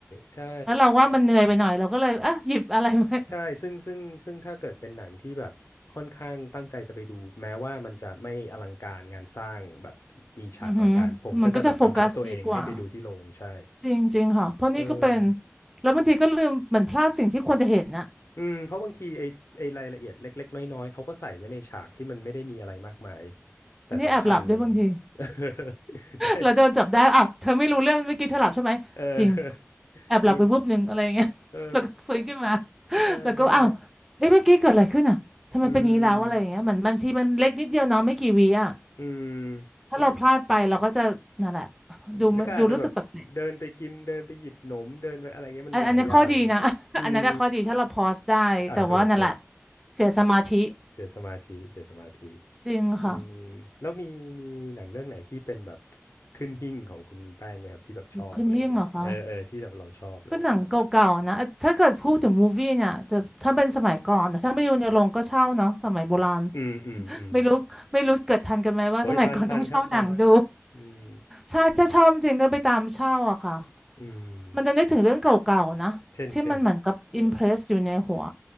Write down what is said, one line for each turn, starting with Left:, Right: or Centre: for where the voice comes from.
Left: ใช่
Centre: แล้วเราว่ามันเหนื่อยไปหน่อยเราก็เลยอ่ะหยิบอะไรมา
Left: ใช่ซึ่งซึ่งซึ่งถ้าเกิดเป็นหนังที่แบบค่อนข้างตั้งใจจะไปดูแม้ว่ามันจะไม่อลังการงานสร้างแบบมีฉากอลังการผมก็จะแบบบังคับตัวเองให้ไปดูที่โรงใช่
Centre: <laughs> อือหือมันก็จะโฟกัสดีกว่าจริงๆค่ะเพราะนี่ก็เป็น
Left: เออ
Centre: แล้วบางทีก็ลืมเหมือนพลาดสิ่งที่ควรจะเห็นนะ
Left: อืมเพราะบางทีไอ้ไอ้รายละเอียดเล็กๆน้อยๆเขาก็ใส่ไว้ในฉากที่มันไม่ได้มีอะไรมากมายแต่สำคัญเนี่ย
Centre: อันนี้แอบหลับด้วยบางที
Left: <laughs> ใช่
Centre: แล้วโดนจับได้ อ้าวเธอไม่รู้เรื่องเมื่อกี้เธอหลับใช่ไหมจริง
Left: เออ <laughs>
Centre: แอบหลับไปวุบหนึ่งอะไรอย่างเงี้ย
Left: ดูเออ
Centre: <laughs> แล้วก็ฟื้นขึ้นมา
Left: ใช่ใช่
Centre: แล้วก็อ้าวเอ้ยเมื่อกี้เกิดอะไรขึ้นอ่ะทำไมเป็นอย่างนี้แล้วอะไรอย่างเงี้ยเหมือนบางทีมันเล็กนิดเดียวเน้องไม่กี่วิอ่ะ
Left: อืมอืม
Centre: ถ้าเราพลาดไปเราก็จะนั่นแหละ
Left: แล้วมันอืมแล้วก็อาจจะแบบเดินไปกินเดินไปหยิบหนมเดินไปอะไรเงี้ยมันหลายอย่าง
Centre: ดูไม่ดูรู้สึกแปลกๆอันอันนี้ข้อดีนะ <laughs>
Left: อืม
Centre: อันนั้นน่ะข้อดีถ้าเราพอสได้แต่ว่านั่นแหละ
Left: อ่าถูกถูก
Centre: เสียสมาธิ
Left: เสียสมาธิเสียสมาธิ
Centre: จริงค่ะ
Left: อืมแล้วมีมีหนังเรื่องไหนที่เป็นแบบ <tsk> ขึ้นหิ้งของคุณแป้งไหมครับที่แบบชอบอะไรอย่างเงี้ยเออเออที่แบบเราชอบอะไรอย่างเงี้ย
Centre: ลุกขึ้นหิ้งเหรอคะ ก็หนังเก่าๆนะเอ่อถ้าเกิดพูดถึงมูฟวี่เนี่ยจะถ้าเป็นสมัยก่อนนะถ้าไม่ดูในโรงก็เช่าเนาะสมัยโบราณ
Left: อืมอืมอืม
Centre: ไม่รู้ไม่รู้เกิดทันกันไหมว่าสมัยก่อนต้องเช่าหนังดู
Left: โอ้ยทันทันครับทันอืม
Centre: ใช่ถ้าชอบจริงก็ไปตามเช่าอะค่ะ
Left: อืม
Centre: มันจะนึกถึงเรื่องเก่าๆนะที่มันเหมือนกับอิมเพรสอยู่ในหัว
Left: เช่นเช่น